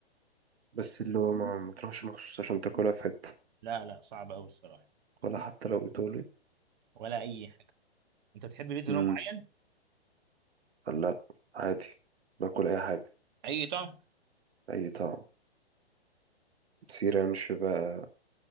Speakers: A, on the right; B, on the right.
A: بس اللي هو ما ما تروحش مخصوص عشان تاكلها في حتة
B: لا لا صعبه قوي الصراحه
A: ولا حتى لو ايطالي
B: ولا اي حاجه انت بتحب بيتزا
A: امم
B: نوع معين
A: لا عادي باكل اي حاجة
B: اي طعم
A: اي طعم سي رانش بقى